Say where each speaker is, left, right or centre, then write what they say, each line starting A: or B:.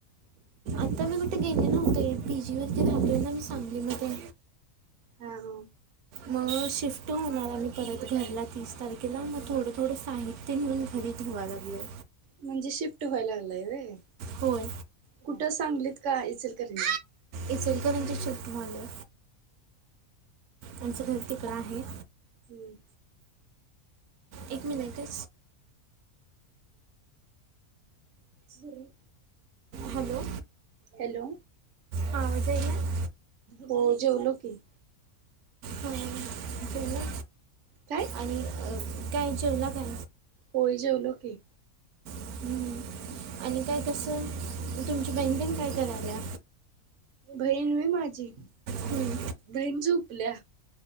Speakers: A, on the right (about 85°); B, on the right (about 60°).
A: आता मी कुठे गेले नव्हते पी जी मध्ये थांबले ना मी सांगली मधे.
B: हां हां
A: मग शिफ्ट होणार आहे मी परत घरला तस. खी मग थोड थोड साहित्य नेऊन घरी ठेवायला लागले.
B: म्हणजे शिफ्ट व्हायला लागलाय व्हय?
A: होय
B: कुठ सांगलीत का इचलकरंजीत?
A: इचलकरंजी शिफ्ट झालं आमच घर तीकड आहे.
B: हम्म
A: एक मिनिट हं
B: सुरेल
A: हॅलो
B: हॅलो
A: हा आवाज आहे ना
B: हो जेवलो की.
A: हां जेवला
B: काय?
A: आणि काय जेवला काय?
B: हो जेवलो की.
A: हम्म. आणि काय कस तुमची <unintelligible> काय करायला.
B: बहीण होय माझी
A: हम्म.
B: बहीण झोपल्या.